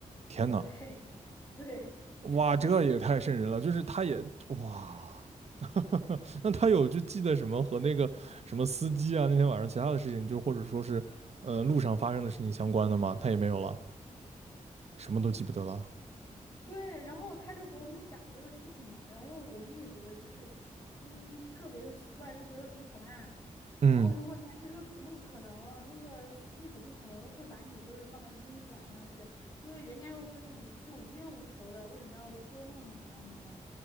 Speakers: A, on the right; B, on the left.
A: 天呐，
B: 对，<laughs> 对，
A: 哇，这也太瘆人了！
B: 他就。
A: 就是他也哇。<laughs> 那他有就记得什么和那个什么司机啊，那天晚上其他的事情，就或者说是呃路上发生的事情相关的吗？他也没有了，什么都记不得了。
B: 对，然后他就给我们讲这个事情嘛，然后我们也觉得就是，嗯，特别的奇怪，就觉得很可怕，
A: 嗯，
B: 然后就问他，就说怎么可能？那个司机怎么可能会把你就是放到殡仪馆上去？因为人家又和你就无冤无仇的，为什么要捉弄你嘛什么的？